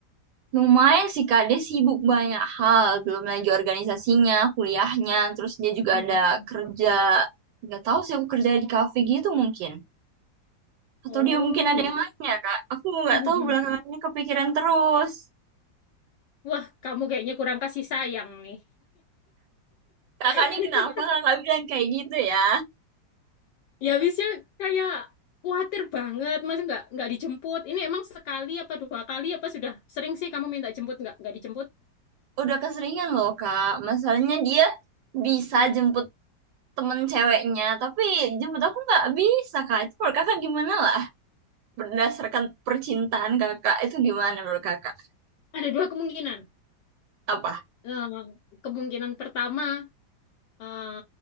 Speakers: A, on the right; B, on the left.
A: Lumayan sih Kak, dia sibuk banyak hal, belum lagi organisasinya, kuliahnya, terus dia juga
B: Hmm.
A: ada kerja, nggak tahu sih aku kerja di kafe gitu mungkin. Atau
B: Oh,
A: dia mungkin ada
B: iya.
A: yang lainnya Kak, aku nggak
B: <laughs>
A: tahu belakangannya kepikiran terus.
B: Wah, kamu kayaknya kurang kasih sayang nih.
A: Kakak
B: <laughs>
A: ini kenapa kakak bilang kayak gitu ya?
B: Ya habisnya kayak khawatir banget, masih nggak nggak dijemput. Ini emang sekali apa dua kali apa sudah sering sih kamu minta jemput nggak nggak dijemput?
A: Udah keseringan loh Kak, masalahnya dia bisa jemput temen ceweknya, tapi jemput aku nggak bisa Kak. Itu menurut kakak gimana lah? Berdasarkan percintaan kakak, itu gimana menurut kakak?
B: Ada dua kemungkinan.
A: Apa?
B: Eh, kemungkinan pertama, eh